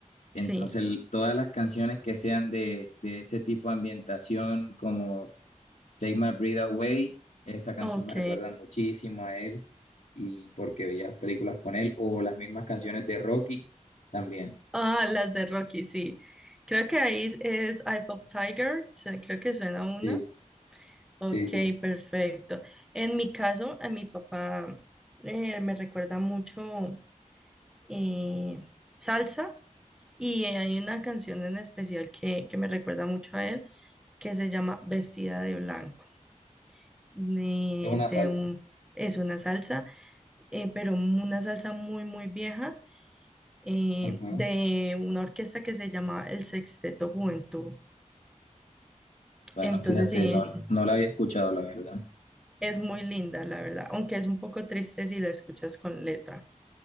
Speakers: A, on the left (about 80°); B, in the centre.
A: Entonces,
B: sí.
A: el- todas las canciones que sean de, de ese tipo de ambientación, como Take My Breath Away, esa canción
B: Ok.
A: me recuerda muchísimo a él y porque veía las películas con él, o las mismas canciones de Rocky también.
B: Ah, las de Rocky, sí. Creo que ahí es Eye of Tiger, se- creo que suena una.
A: Sí,
B: Ok,
A: sí, sí.
B: perfecto. En mi caso, a mi papá eh, me recuerda mucho eh, salsa y hay una canción en especial que, que me recuerda mucho a él que se llama Vestida de Blanco. De,
A: Es una
B: de
A: salsa.
B: un, es una salsa, eh, pero una salsa muy, muy vieja eh,
A: Ujú.
B: de una orquesta que se llama el Sexteto Juventud.
A: Bueno,
B: Entonces
A: fíjate,
B: sí,
A: no,
B: es
A: no la había escuchado, la verdad.
B: es muy linda, la verdad, aunque es un poco triste si la escuchas con letra.